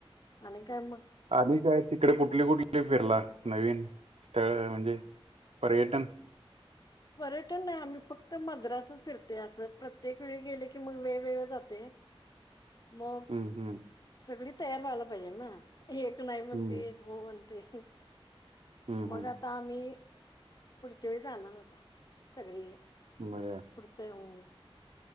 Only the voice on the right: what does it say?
आणी काय तिकडं कुठली कुठली फिरला नवीन स्थळं म्हणजे पर्यटन?
<inaudible>
हम्म हम्म
हम्म
हम्म
हम्म
<unintelligible>